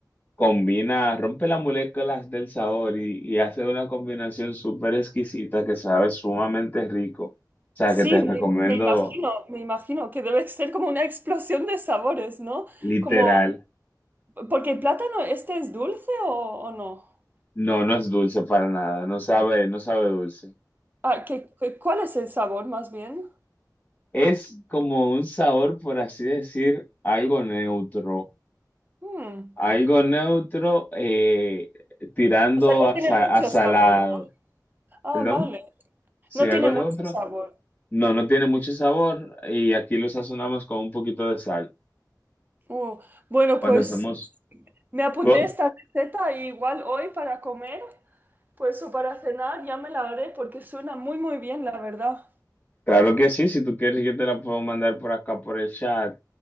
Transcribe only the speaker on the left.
combina, rompe las moléculas del sabor y, y hace una combinación súper exquisita que sabe sumamente rico. O sea,
que te
recomiendo
literal.
No, no es dulce para nada, no sabe, no sabe dulce.
Es como un sabor, por así decir, algo neutro,
algo neutro eh, tirando
a,
sa-
a salado.
¿Perdón?
Sí,
algo
neutro.
No, no tiene mucho sabor y aquí lo sazonamos con un poquito de sal.
Cuando
hacemos,
¿tú,
Claro que sí, si tú quieres yo te la puedo mandar por acá por el chat